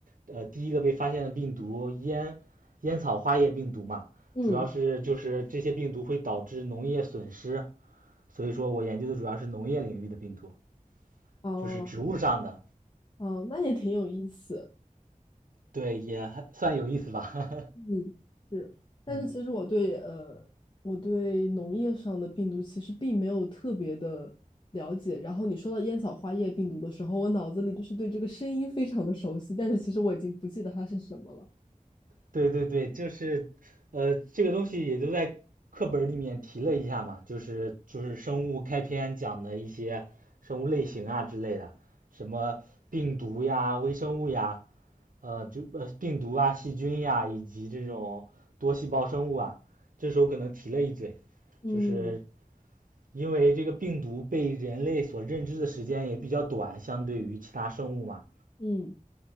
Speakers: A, on the right; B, on the left.
A: 呃，第一个被发现的病毒烟烟草花叶病毒嘛，
B: 嗯，
A: 主要是就是这些病毒会导致农业损失，所以说我研究的主要是农业领域的病毒，
B: 哦
A: 就是植物上的，
B: 哦，那也挺有意思。
A: 对，也还算有意思吧，
B: 嗯，是，
A: <laughs>
B: 但是其实我对呃，
A: 嗯。
B: 我对农业上的病毒其实并没有特别的了解。然后你说到烟草花叶病毒的时候，我脑子里就是对这个声音非常的熟悉，但是其实我已经不记得它是什么了。
A: 对对对，就是，呃，这个东西也就在课本儿里面提了一下嘛，就是就是生物开篇讲的一些生物类型啊之类的，什么病毒呀、微生物呀，呃，就呃病毒啊、细菌呀，以及这种多细胞生物啊，这时候可能提了一嘴，
B: 嗯
A: 就是因为这个病毒被人类所认知的时间也比较短，相对于其他生物嘛，
B: 嗯